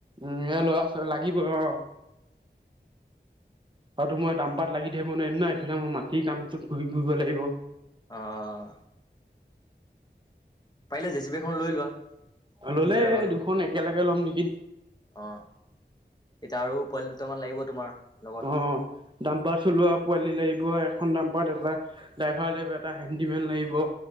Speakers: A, on the right; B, on the left.
A: উম সে লৰা লাগিব অ আৰু তো মই দামপাত লাগি থাকিব নোৱাৰিম ন এইফালে মই মাটিৰ কামটোত ঘূৰি ফুৰিব লাগিব
B: অহ পাৰিলে জেচিপি এখন লৈ লোৱা
A: ললে
B: নিজৰে ভাল হ'ব
A: দুখন একেলগে ল'ম নেকি
B: অ এতিয়া আৰু পোৱালি দুটামান লাগিব তোমাৰ লগত
A: অ দাম পাৰ চলোৱা পোৱালি লাগিব এখন দাম্পাৰত এটা ড্ৰাইভাৰ লাগিব এটা হেণ্ডিমেন লাগিব